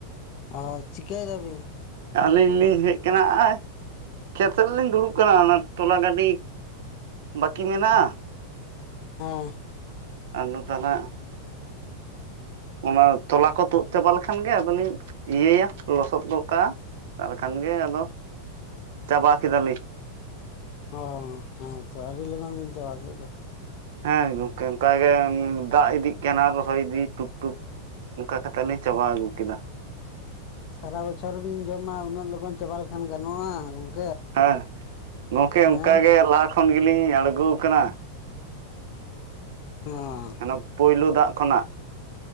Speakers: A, on the left; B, on the right.
A: ᱚ ᱪᱤᱠᱟᱹᱭ ᱫᱟᱹᱵᱤᱱ?
B: ᱟᱹᱞᱤᱧ ᱞᱤᱧ ᱦᱮᱡ ᱟᱠᱟᱱᱟ ᱟ-ᱟᱭ ᱠᱷᱮᱛᱥᱮᱫ ᱞᱤᱧ ᱫᱩᱲᱩᱵ ᱠᱟᱱᱟ ᱚᱱᱟ ᱛᱚᱞᱟ ᱜᱟᱹᱰᱤ ᱵᱟᱹᱠᱤ ᱢᱮᱱᱟᱜᱼᱟ᱾
A: ᱦᱮᱸ
B: ᱟᱫᱚ ᱛᱟᱞᱦᱮᱜ ᱚᱱᱟ ᱛᱚᱞᱟ ᱠᱚ ᱛᱩᱫ ᱪᱟᱵᱟ ᱞᱮᱠᱷᱟᱱ ᱜᱮ ᱟᱫᱚᱞᱤᱧ ᱤᱭᱟᱹᱭᱟ ᱞᱚᱥᱚᱫ ᱜᱚᱫ ᱠᱟᱜᱼᱟ᱾ ᱛᱟᱦᱚᱞᱮ ᱠᱷᱟᱱ ᱜᱮ ᱟᱫᱚ ᱪᱟᱵᱟ ᱠᱮᱫᱟᱞᱤᱧ᱾
A: ᱚ ᱦᱮᱸ ᱛᱚ ᱟᱹᱰᱤ ᱞᱚᱜᱚᱱ ᱵᱤᱱ ᱪᱟᱵᱟ ᱠᱮᱫ ᱫᱚ᱾
B: ᱦᱮᱸ ᱜᱚᱝᱠᱮ ᱚᱱᱠᱟ ᱜᱮ ᱫᱟᱜ ᱤᱫᱤᱜ ᱠᱟᱱᱟ ᱨᱚᱦᱚᱭ ᱤᱫᱤ ᱴᱩᱠ ᱴᱩᱠ᱾ ᱚᱱᱠᱟ ᱠᱟᱛᱮᱜ ᱞᱤᱧ ᱪᱟᱵᱟ ᱟᱹᱜᱩ ᱠᱮᱫᱟ᱾
A: ᱥᱟᱨᱟ ᱵᱚᱪᱷᱚᱨ ᱵᱤᱱ ᱡᱚᱢᱟ ᱩᱱᱟᱹᱜ ᱞᱚᱜᱚᱱ ᱪᱟᱵᱟ ᱞᱮᱠᱷᱟᱱ ᱜᱟᱱᱚᱜᱼᱟ᱾
B: ᱦᱮᱸ ᱜᱚᱢᱠᱮ
A: ᱦᱮᱸ
B: ᱚᱱᱠᱟ ᱜᱮ ᱞᱟᱦᱟ ᱠᱷᱚᱱ ᱜᱮᱞᱤᱧ ᱟᱬᱜᱚ ᱠᱟᱱᱟ᱾
A: ᱚ
B: ᱚᱱᱟ ᱯᱩᱭᱞᱳ ᱫᱟᱜ ᱠᱷᱚᱱᱟᱜ᱾